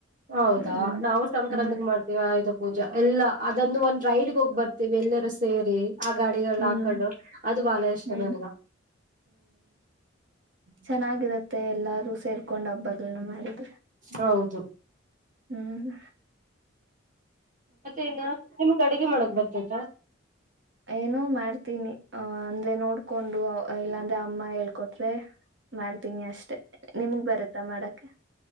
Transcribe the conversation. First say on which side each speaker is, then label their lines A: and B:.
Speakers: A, on the right; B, on the right.
A: ಹೌದಾ
B: ಹ್ಮ್
A: ನಾವು ಸಕ್ರಾಂತಿಗೆ
B: ಹ್ಮ್
A: ಮಾಡ್ತೀವಿ ಆಯಪ್ಪ ಪೂಜಾ ಎಲ್ಲಾ ಅದಂದು ಒಂದ್ ರೈಡ್ಗೆ ಹೋಗ್ ಬರ್ತೀವಿ ಎಲ್ಲರೂ ಸೇರಿ ಆ ಗಾಡಿಗಳು
B: ಹ್ಮ್
A: ಹಾಕೊಂಡು ಅದು ಬಾಳ ಇಷ್ಟ
B: ಹ್ಮ್
A: ನನ್ಗ.
B: ಚೆನ್ನಾಗಿರುತ್ತೆ ಎಲ್ಲಾರ ಸೇರ್ಕೊಂಡ್ ಹಬ್ಬಗಳನ್ನ ಮಾಡಿದ್
A: ಹೌದು
B: ಹ್ಮ್
A: ಮತ್ತೆ ನ ನಿಮಗೆ ಅಡಗೆ ಮಾಡ. ಬತೈತ
B: ಏನೋ ಮಾಡ್ತೀನಿ ಅ ಅಂದ್ರೆ ನೋಡ್ಕೊಂಡು ಇಲ್ಲಾಂದ್ರೆ ಅಮ್ಮ ಹೇಳ್ಕೊಟ್ರೆ ಮಾಡ್ ತೀನಿ ಅಷ್ಟೆ ನಿಮ್ಗ್ ಬರತ್ತಾ ಮಾಡಕ್ಕೆ